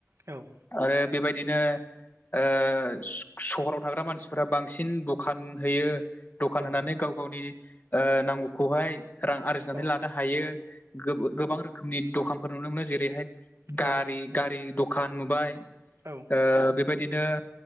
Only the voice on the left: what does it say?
आरो बेबायदिनो ओ सहराव थाग्रा मानसिफोरा बांसिन दखान होयो दखान
होनानै गाव गावनि ओ नांगौखौहाय रां आरजिनानै
लानो हायो गोबां रोखोमनि दखानफोर नुनो मोनो जेरैहाय गारि
गारि दखान नुबाय
ओ बेबायदिनो